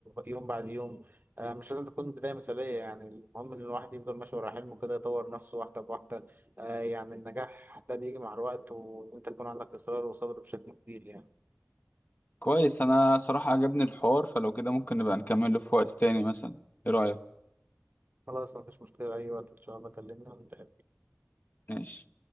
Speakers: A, on the right; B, on the left.
A: يوم بعد يوم آه مش لازم تكون بداية مثالية يعني المهم إن الواحد يفضل ماشي ورا حلمه كده يطور نفسه واحدة بواحدة آه يعني النجاح ده بيجي مع الوقت وإن أنت يكون عندك إصرار وصبر بشكل كبير يعني
B: كويس انا صراحة عجبني الحوار فلو كده ممكن نبقى نكمله في وقت تاني مثلا ايه رأيك
A: خلاص مفيش مشكلة أي وقت إن شاء الله كلمنا ونتقابل
B: ماشي